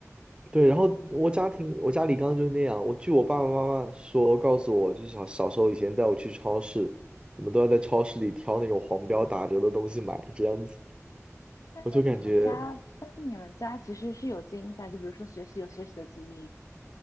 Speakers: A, on the right; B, on the left.
A: 对，然后我家庭，我家里刚刚就是那样。我据我爸爸妈妈说，告诉我，就是小小时候以前带我去超市，我们都要在超市里挑那种黄标打折的东西买，这样子，
B: 但是你们家，
A: 我就感觉，
B: 但是你们家其实是有基因在，就比如说学习有学习的基因，